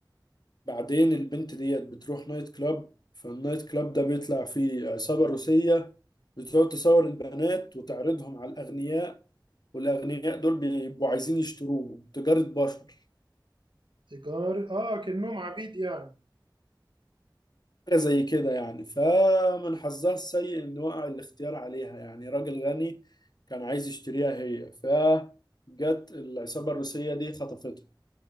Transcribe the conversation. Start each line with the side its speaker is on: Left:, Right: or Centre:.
Left: بعدين البنت ديت بتروح نايت كلاب فالنايت كلاب ده بيطلع فيه عصابة روسية بتقعد تصور البنات وتعرضهم على الأغنياء والأغنياء دول بيبقوا عايزين يشتروهم تجارة بشر
Right: تجار اه كأنهم عبيد يعني
Left: حاجة زي كده يعني فمن حظها السيء إن وقع الاختيار عليها يعني راجل غني كان عايز يشتريها هي فجت العصابة الروسية دي خطفتها